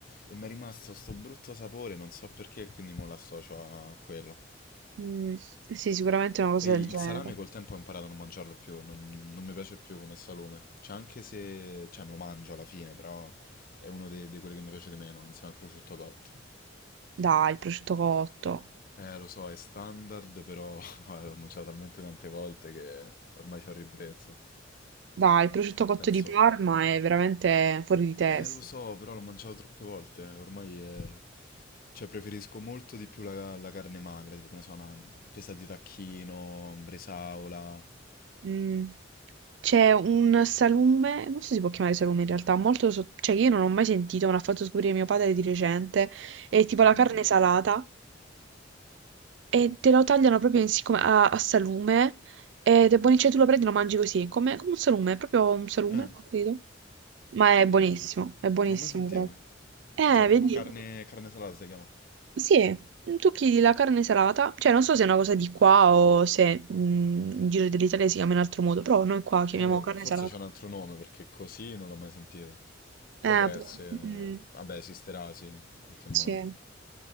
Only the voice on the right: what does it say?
mm, Sì, sicuramente una cosa
del
genere.
Dai, il prosciutto cotto.
Dai, il prosciutto cotto
di Parma è veramente fuori di testa.
Mm. C'è un salume, non so se si può chiamare salume in realtà, molto so- cioè io non ho mai sentito, me l'ha fatto scoprire mio padre di recente, è tipo la
carne salata e te lo tagliano proprio in- siccome- a, a salume ed è buonissimo, cioè tu lo prendi e lo mangi così, come, come un salume, è proprio un salume,
credo. Ma
è buonissimo, è buonissimo
proprio. Eh,
vedi?
Sì, tocchi la carne salata, cioè non so se è una cosa di qua o se mm, in giro dell'Italia si chiama in altro modo, però noi qua chiamiamo
carne
salata.
Eh,
pu- mm,
sì.